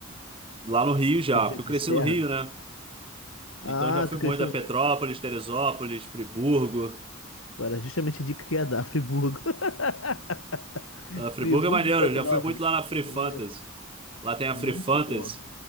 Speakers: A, on the right; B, on the left.
A: Lá no Rio já,
B: Região
A: porque eu
B: de
A: cresci
B: serra?
A: no Rio, né? Então
B: Ah,
A: já fui
B: tu
A: muito
B: cresceu.
A: a Petrópolis, Teresópolis, Friburgo.
B: Era justamente a dica que ia dar, Friburgo. <laughs>
A: Ah, Friburgo
B: Friburgo
A: é maneiro,
B: e Petrópolis.
A: eu já fui muito lá na Free
B: Maneiro.
A: Fantasy. Lá tem a
B: Muito
A: Free Fantasy,
B: bom.